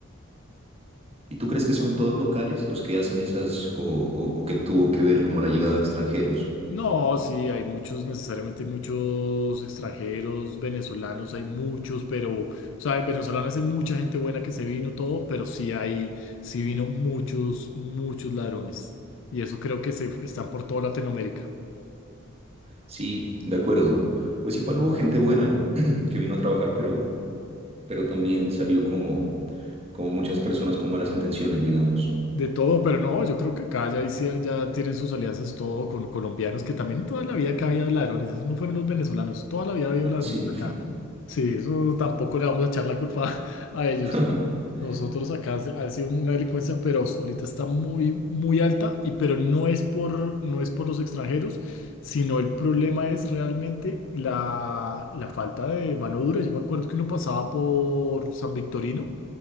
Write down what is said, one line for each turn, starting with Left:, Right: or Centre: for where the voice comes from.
Right: ¿Y tú crees que son todos locales los que hacen esas o, o o que tuvo que ver como la llegada de extranjeros?
Left: No, sí, hay muchos, necesariamente hay muchos extranjeros, venezolanos, hay muchos, pero, o sea, en venezolanos hay mucha gente buena que se vino todo, pero sí hay, sí vino muchos, muchos ladrones. Y eso creo que se están por toda Latinoamérica.
Right: Sí, de acuerdo. Pues igual hubo gente buena, ¿no? <clears throat> Que vino a trabajar, pero, pero también salió como, como muchas personas con malas intenciones, digamos.
Left: De todo, pero no, yo creo que acá ya, hici- ya tienen sus alianzas todo con colombianos que también toda la vida acá había ladrones, esos no fueron los venezolanos, toda la vida había
Right: Ah,
Left: ladrones
Right: sí.
Left: acá. Sí, eso tampoco le vamos a echar la culpa <laughs> a a ellos.
Right: <laughs>
Left: Nosotros acá se- ha sido una delincuencia feroz, ahorita está muy, muy alta, y, pero no es por, no es por los extranjeros, sino el problema es realmente la, la falta de mano dura. Yo me acuerdo que uno pasaba por San Victorino